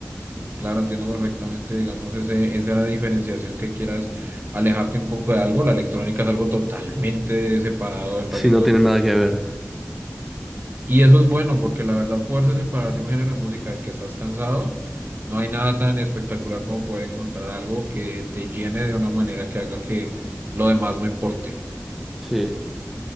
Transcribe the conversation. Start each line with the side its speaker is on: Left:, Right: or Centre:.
Right: Claro, entiendo perfectamente, digamos, ese, esa diferenciación que quieras alejarte un poco de algo. La electrónica es algo totalmente separado del
Centre: Si
Right: reggaetón.
Centre: no tiene nada que ver.
Right: Y eso es bueno, porque la verdad, poderse separar de un género de música del que estás cansado, no hay nada tan espectacular como poder encontrar algo que te llene de una manera que haga que lo demás no importe.
Centre: Sí.